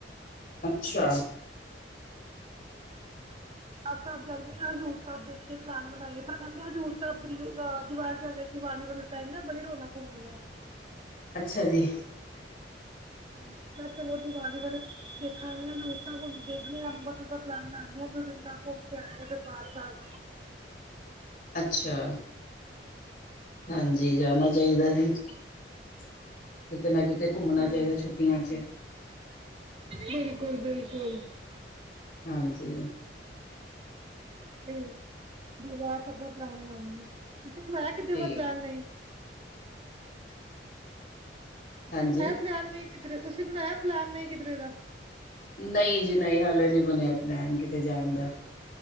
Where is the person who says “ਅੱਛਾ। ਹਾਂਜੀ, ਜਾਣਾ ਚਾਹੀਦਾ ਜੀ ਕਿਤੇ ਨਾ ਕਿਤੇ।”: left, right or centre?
Left